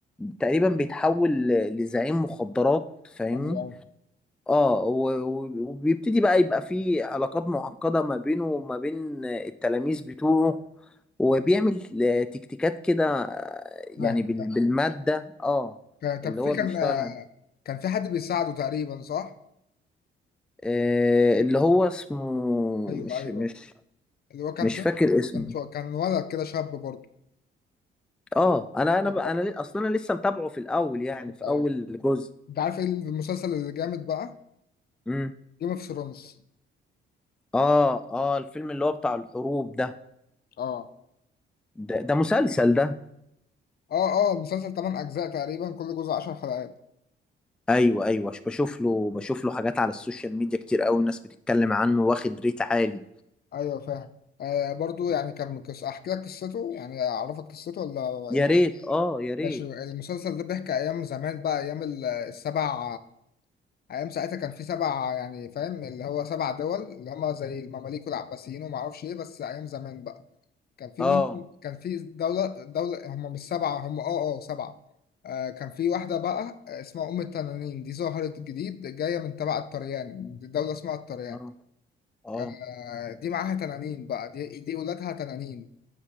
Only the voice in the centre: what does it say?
تقريبا بيتحول ل- لزعيم مخدرات فاهمني
اه و- و- وبيبتدي بقى يبقى فيه علاقات معقدة ما بينه وما بين التلاميذ بتوعه وبيعمل آه، تكتيكات كده آه، يعني
بال-
بالمادة اه
اللي
هو
بيشتغل
عليه
آه، اللي هو اسمه
مش
مش
مش
فاكر اسمه
اه انا انا
ب- انا ل- اصلا انا لسه متابعه في الاول يعني
في اول
جزء
امم
اه اه الفيلم اللي هو بتاع الحروب ده
ده, ده مسلسل ده
ايوه ايوه ش- بشوف له بشوف له حاجات على السوشيال ميديا كتير قوي الناس بتتكلم عنه واخد ريت عالي
يا
ريت اه يا ريت
اه
اه اه